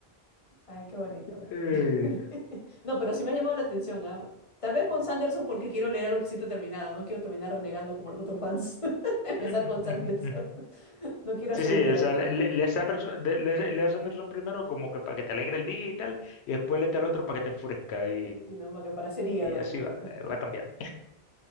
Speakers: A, on the left; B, on the left.
A: Ay, qué bonito, bueno.
B: Eh,
A: <laughs> No, pero sí me ha llamado la atención, ¿ah? Tal vez con Sanderson porque quiero leer algo que sí está terminado. No quiero terminar renegando como los otros fans. <laughs> Empezar
B: ujú,
A: con Sanderson.
B: ujú, ujú.
A: No quiero
B: Sí,
A: hacer
B: sí,
A: hígado.
B: o sea, le, le- Lance Anderson, de- le- Lance Anderson primero como que para que te alegre el día y tal, y después le lete al otro para que te enfurezca y,
A: sino no, que para hacer hígado,
B: y así
A: ay, no, no.
B: va, eh, va cambiando.